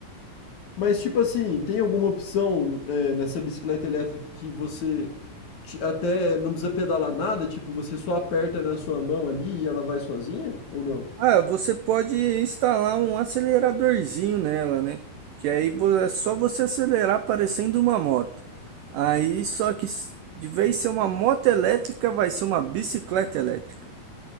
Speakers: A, on the left (about 55°); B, on the right (about 85°).
A: Mas tipo assim, tem alguma opção é, nessa bicicleta elétrica que você te- até não precisa pedalar nada? Tipo, você só aperta na sua mão ali e ela vai sozinha? Ou não?
B: Ah, você pode instalar um aceleradorzinho nela, né? Que aí vo- é só você acelerar parecendo uma moto. Aí só que s- de vez de ser uma moto elétrica, vai ser uma bicicleta elétrica.